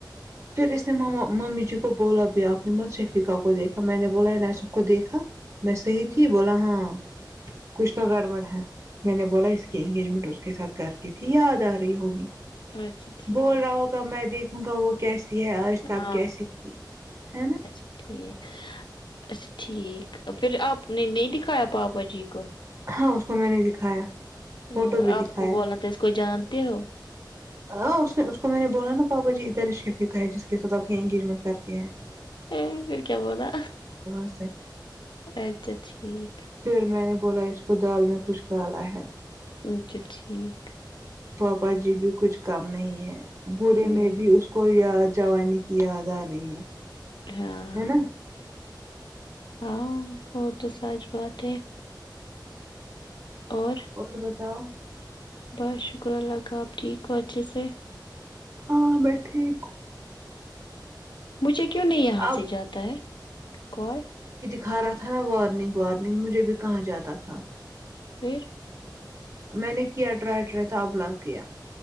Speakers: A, on the right; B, on the left.
A: پھر اس نے ممی جی کو بولا بھی اپ نے مت شفقا کو دیکھا میں نے بولا سب کو دیکھا میں صحیح
B: ہوں
A: تھی بولا ہاں کچھ تو گڑبڑ
B: اچھا
A: ہے میں نے بولا اس کی انگیجمنٹ اس کے ساتھ کر کے تھی یاد آ رہی ہوگی
B: اچھا ٹھیک
A: بول رہا ہو کب میں دیکھوں گا وہ کیسی ہے آج تب
B: ہاں
A: کیسی تھی ہے نا
B: اچھا ٹھیک اچھا ٹھیک پھر آپ نے نہیں دکھایا پاپا جی کو
A: ہاں اس کو میں نے دکھایا فوٹو
B: ا
A: بھی
B: آپ
A: دکھایا
B: کو بولنا تو اس کوئی جانتے ہو
A: ہ اس نے اس کو میں نے بولا نا پاپا جی ادھر شفیقا ہے جس کے ساتھ آپ انگیجمنٹ کر کے ہیں
B: ا پھر کیا بولنا
A: سے
B: اچھا ٹھیک
A: پھر میں نے بولا اس کو دال میں کچھ کالا ہے
B: اچھا ٹھیک ہے
A: پاپا جی بھی کچھ کام نہیں ہے بوڑھے
B: ہوں
A: میں بھی اس کوئی یاد جوانی کی یاد آ رہی ہے
B: ہاں
A: ہے نا
B: ہاں وہ تو سچ بات ہے اور
A: اور بتاؤ
B: بس شکر اللہ کا اپ ٹھیک ہو اچھے سے
A: ہاں میں ٹھیک ہو
B: مجھے کیوں نہیں یہاں
A: اب
B: سے جاتا ہے کال
A: کھا رہا تھا نا وارننگ وارننگ مجھے بھی کہاں جاتا تھا
B: پھر
A: میں نے کیاٹراٹرا تو اب لگ گیا